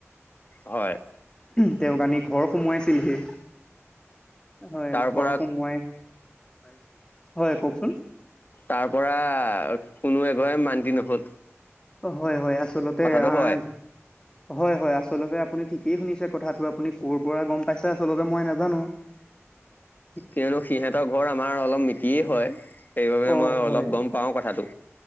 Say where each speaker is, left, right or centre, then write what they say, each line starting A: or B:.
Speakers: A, on the left (about 40°); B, on the left (about 15°).
A: হয়।
B: তেওঁক আনি ঘৰ সোমোৱাই ছিলহি হয়
A: তাৰ
B: ঘৰ
A: পৰা
B: সোমোৱাই হয় কওকচোন
A: তাৰ পৰা কোনো এঘৰে মান্তি নহল।
B: হয় হয় আচলতে
A: কথাটো
B: আহ।
A: হয়।
B: হয় হয় আচলতে আপুনি ঠিকেই শুনিছে কথাটো আপুনি ক'ৰ পৰা গম পাইছে আচলতে মই নাজানো। <unintelligible>
A: কিয়নো সিহঁতৰ ঘৰ আমাৰ অলপ মিতিয়ে হয় সেইবাবে
B: অ',
A: মই
B: হয়
A: অলপ গম পাওঁ কথাটো।